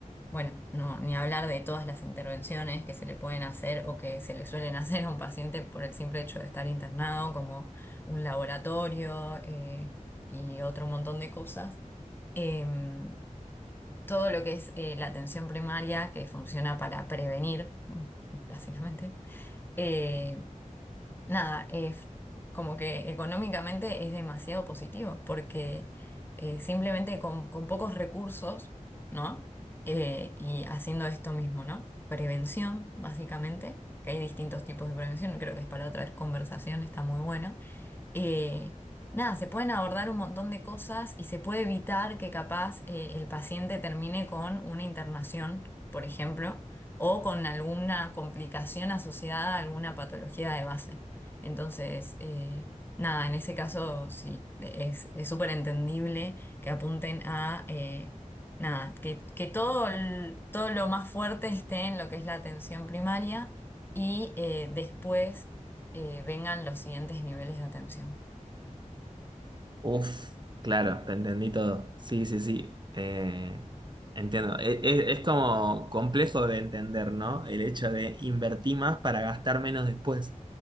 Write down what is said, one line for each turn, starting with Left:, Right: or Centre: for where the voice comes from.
Left: bueno, no, ni hablar de todas las intervenciones que se le pueden hacer o que se le suelen <laughs> hacer a un paciente por el simple hecho de estar internado, como un laboratorio eh, y otro montón de cosas. Em, todo lo que es eh, la atención primaria, que funciona para prevenir, <laughs> mm, básicamente. eh, nada, eh, como que económicamente es demasiado positivo, porque eh, simplemente con, con pocos recursos, ¿no? Eh, y haciendo esto mismo, ¿no? Prevención, básicamente, que hay distintos tipos de prevención, creo que es para otra conversación, está muy bueno, eh, nada, se pueden abordar un montón de cosas y se puede evitar que capaz eh, el paciente termine con una internación, por ejemplo, o con alguna complicación asociada a alguna patología de base. Entonces, eh, nada, en ese caso sí, es es súper entendible que apunten a... eh, Nada, que, que todo, el- todo lo más fuerte esté en lo que es la atención primaria y eh, después eh, vengan los siguientes niveles de atención.
Right: Uf, claro, te entendí todo. Sí, sí, sí. eh, entiendo. E- e- Es, como complejo de entender, ¿no? El hecho de invertir más para gastar menos después.